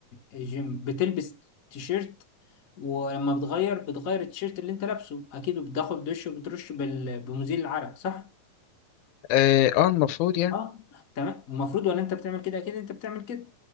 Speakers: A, on the left; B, on the left.
A: الجيم بتلبس تيشيرت ولما بتغير بتغير التيشيرت اللي انت لابسه اكيد وبتاخد دش وبترش بال... بمزيل العرق صح
B: اه آه، المفروض يعني
A: اه تمام المفروض ولا انت بتعمل كده اكيد انت بتعمل كده